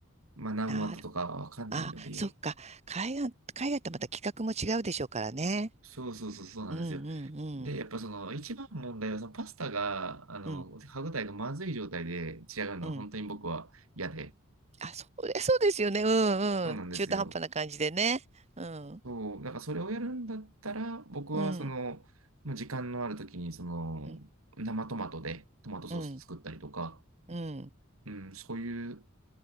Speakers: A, on the right (about 80°); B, on the right (about 30°).
A: まあ何ワットとかわかんないので、
B: なる。あ、そっか。海外、海外とまた企画も違うでしょうからね。
A: そうそうそうそうなんですよ。
B: うんうんうん。
A: で、やっぱその一番問題はそのパスタが、あの、
B: うん
A: 歯ごたえがまずい状態で仕上がるのが本当に僕は嫌で、
B: うん。あ、それ、そうですよね。うんうん。
A: そうなんですよ。
B: 中途半端な感じでね。うん。
A: そう、なんかそれをやるんだったら、僕はその、
B: うん
A: まあ時間のある時に、その、
B: うん
A: 生トマトでトマトソース作ったりとか、
B: うんうん。
A: うん、そういう